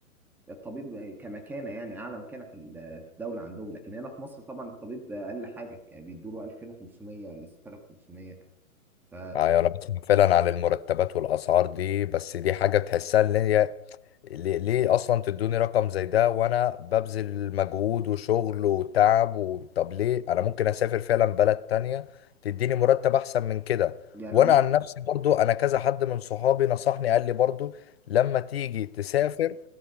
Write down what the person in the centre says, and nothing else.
الطبيب كمكانه يعني اعلى مكانه في ال- في الدوله عندهم لكن هنا في مصر طبعا الطبيب اقل حاجه يعني بيدوا له 2500 ولا 6500 ف
يعني
هم